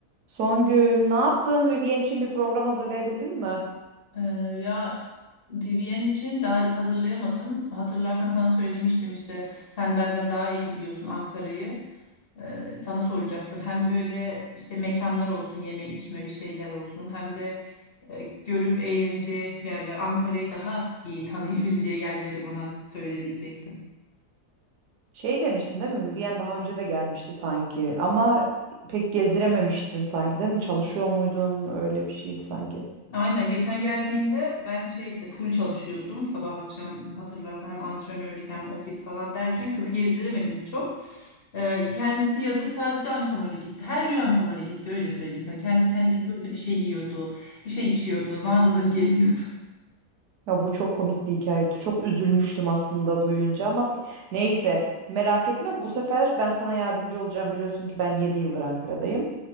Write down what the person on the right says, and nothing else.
Songül, ne yaptın? Vivien için bir program hazırlayabildin mi?
Şey demiştin değil mi? Vivien daha önce de gelmişti sanki ama pek gezdirememiştin sanki değil mi? Çalışıyor muydun? Öyle bir şeydi sanki.
Ya bu çok komik bir hikayeydi. Çok üzülmüştüm aslında duyunca ama neyse merak etme bu sefer ben sana yardımcı olacağım. Biliyorsun ki ben 7 yıldır Ankara'dayım.